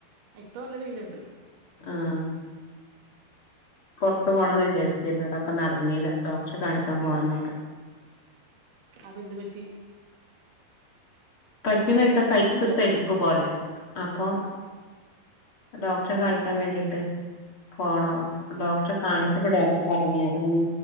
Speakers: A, on the right; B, on the left.
A: ആ, ഇപ്പൊ നല്ല വെയിലുണ്ട്
B: ആഹ് പൊറത്ത് പോണംന്ന് വിചാരിച്ചീരുന്നത ഒക്ക നടന്നീല്ല ഡോക്ടറെ കാണിക്കാം
A: അടന്നില്ല
B: പോണംന്നൊക്ക
A: ആ ആ അപ്പൊ എന്ത് പറ്റി
B: പറ്റ്ന്നൊയ്ക്ക കൈ
A: ഹലോ
B: കൊര്തര് പ്പ് പോലെ അപ്പൊ ഡോക്ടറെ കാണിക്കാൻ വേണ്ടിട്ട് പോണോ ഡോക്ടറെ കാണിച്ചപ്പൊ ഡോക്ടർ പറഞ്ഞേ ു അതൊന്ന്